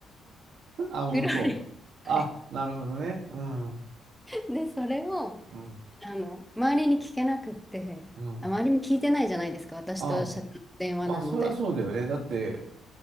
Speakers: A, on the right (about 70°); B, in the centre.
A: あ、本当。
B: 黒歴はい。
A: あ、なるほどね。うん、う
B: で、それを、
A: ん、
B: あの、周りに聞けなくって、
A: うん。
B: あ周りも聞いてないじゃないですか、私と社長の電話なので。
A: あ、まあ、そりゃそうだよね。だって、